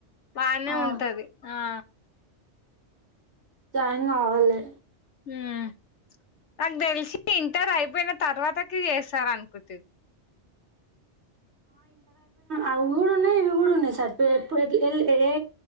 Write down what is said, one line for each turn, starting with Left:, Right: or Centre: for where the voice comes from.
Left: బానే
Right: ఆ
Left: ఉంటది ఆ
Right: జాయిన్ గావల్లి
Left: ఉమ్ నాక్ దెల్సి ఇంటర్ అయిపోయిన తర్వాతకి చేస్తరనుకుంటిది
Right: అవు గూడున్నయ్ ఇవి గూడ్ గూడున్నయి సర్టిఫికెట్లు ఎప్ ఎట్ల ఏల్ ఏ